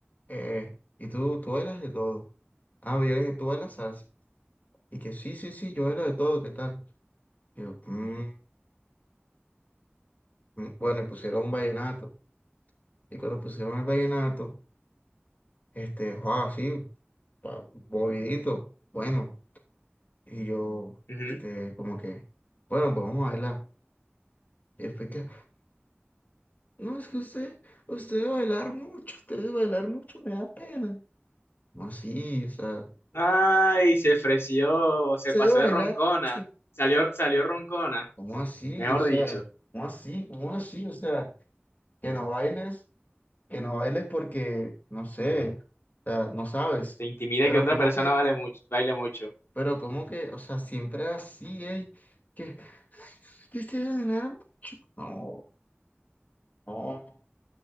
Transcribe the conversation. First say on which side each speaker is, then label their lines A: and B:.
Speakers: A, on the left; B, on the left.
A: Eh, y tú, tú bailas de todo. Ah, pero yo le dije, tú bailas salsa. Y que sí, sí, sí, yo bailo de todo, ¿qué tal? Y yo, "Mm, mm". Bueno, y pusieron un vallenato. Y cuando pusieron el vallenato, este, wow, sí, pa- movidito, bueno. Y yo,
B: Ujú.
A: este, como que, bueno, pues vamos a bailar. Y después que, no, es que usted, usted debe bailar mucho, usted debe bailar mucho, me da pena. No, sí, o sea,
B: Ay, se ofreció, se
A: usted
B: pasó
A: debe bailar
B: de roncona,
A: mucho.
B: salió, salió roncona,
A: ¿Cómo así?
B: mejor
A: O sea,
B: dicho,
A: ¿cómo así? ¿Cómo así? O sea, que no bailes, que no bailes porque, no sé, o sea, no sabes.
B: te intimida
A: Pero
B: que otra
A: ¿cómo
B: persona
A: que?
B: vale mucho, baile mucho.
A: Pero ¿cómo que? O sea, siempre así, ¿eh? que, que este ganar mucho. No, no,